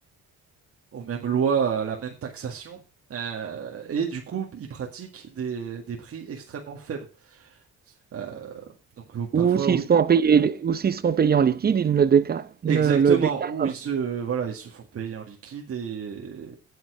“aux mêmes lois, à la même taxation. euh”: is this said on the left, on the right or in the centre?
Right